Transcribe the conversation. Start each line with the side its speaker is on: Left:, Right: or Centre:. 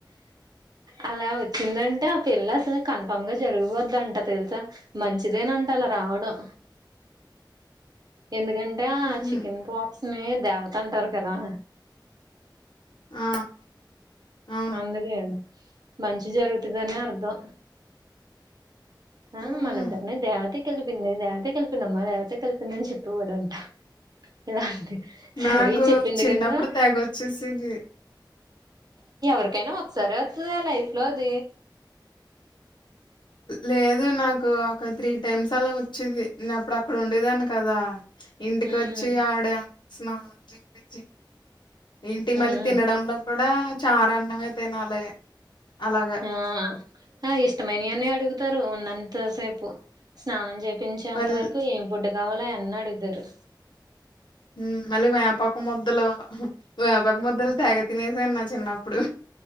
Right: అలా వచ్చిందంటే ఆ పెళ్ళ అసలు కను పంగా జరిగిపోద్దంట తెలుసా మంచిదేనంట అలా రావడం ఎందుకంటే ఆ
Left: ఉహు
Right: చికెన్ పాక్స్ నే దేవత అంటారు కదా
Left: ఆ ఆ అవును
Right: అందుకే అండి మంచి జరుగుతుదనే అర్ధం ఆ
Left: ఉహు
Right: మనిద్దరినీ దేవతకి కలిపింది దేవతే కలిపిందిమ్మా దేవతే కలిపిందని చెప్పు కూడాడంట ఇలాంటి సరే
Left: నాకు
Right: చెప్పింది
Left: చిన్నప్పుడు
Right: కదా
Left: తెగొచ్చేసేది
Right: ఎకైనా ఒసర అతుదా లైఫ్ లో అద
Left: లేదు నాకు ఒక త్రీ టైమ్స్ అలా వచ్చేది నేను అప్పుడు అక్కడ ఉండేదాన్ని కదా ఇంటికి
Right: ఉమ్
Left: వచ్చి ఆవిడ స్నానం చేపిచ్చి ఏంటి మళ్ళీ
Right: ఉమ్
Left: తినడంలో కూడా చారు అన్నమే తినాలి అలాగా
Right: ఆ ఆ ఇష్టమైన అన్ని అడుగుతారు ఉందంత దం స్నానం చె <inaudible> చేంత
Left: మళ్ళీ
Right: వరకు ఏం ఫుడ్ గవాల ఎన్నాడద్దారు
Left: హ అలీ వ్యాపక్ మొద్లో వ్యాపక్ మొద్ల లో తెగ తినేసా నా చిన్నప్పుడు